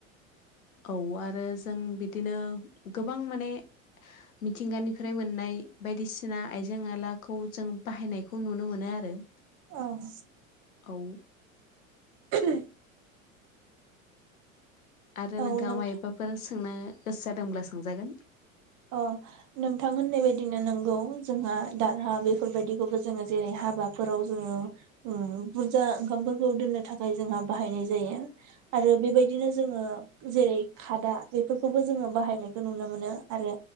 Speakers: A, on the left; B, on the right.
A: औ आरो जों बिदिनो गोबां माने मिथिंगानिफ्राय मोननाय बायदिसिना आइजें आइलाखौ जों बाहायनायखौ नुनो मोनो आरो।
B: औ
A: औ
B: <unintelligible>
A: आरो
B: औ
A: नोंथाङा
B: नों
A: मा एफाफोरस सोंनो गोसो जादोंब्ला सोंजागोन।
B: अ नोंथां होननाय बायदिनो नोंगौ जोंहा दारहा बेफोरबायदिखौबो जोङो जेरै हाबाफोराव जोङो उ बुरजा ओंखामफोरखौ दोननो थाखाय जोंहा बाहायनाय जायो आरो बेबायदिनो जोङो जेरै खादा बेफोरखौबो जोङो बाहायनायखौ नुनो मोनो। आरो